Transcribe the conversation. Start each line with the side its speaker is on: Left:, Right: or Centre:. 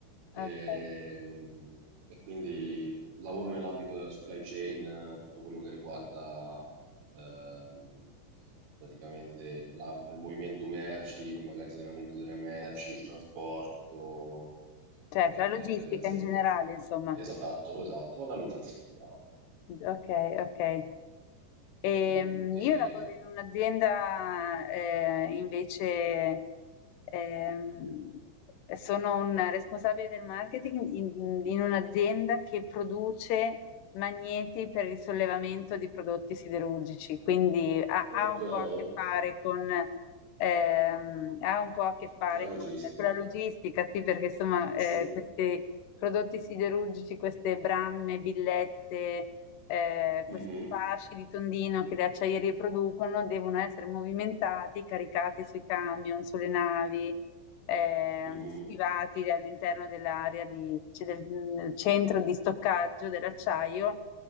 Right: Ehm,
Left: ok.
Right: E, quindi lavoro nell'ambito della supply chain, eh, tutto quello che riguarda ehm, praticamente la- il movimento merci, l'immagazzinamento delle merci, il trasporto
Left: Cioè,
Right: per
Left: tra logistica
Right: le, per le aziende.
Left: in generale, insomma.
Right: Esatto, esatto, la logistica, bravo.
Left: Ok, ok. Ehm,
Right: Mm. E-
Left: io lavoro in un'azienda eh, invece, ehm, sono un responsabile del marketing in, in un'azienda che produce magneti per il sollevamento di prodotti siderurgici, quindi ha,
Right: Ok,
Left: ha un
Right: la
Left: po' a che fare con, ehm, ha un po' a che fare
Right: logistica,
Left: con, con la logistica, sì, perché insomma eh,
Right: sì.
Left: questi prodotti siderurgici, queste bramme, billette eh,
Right: Mhm.
Left: questi fasci di tondino che le acciaierie producono devono essere movimentati, caricati sui camion, sulle navi, ehm,
Right: Mhm,
Left: schivati all'interno dell'area di- cioè del, del centro di stoccaggio dell'acciaio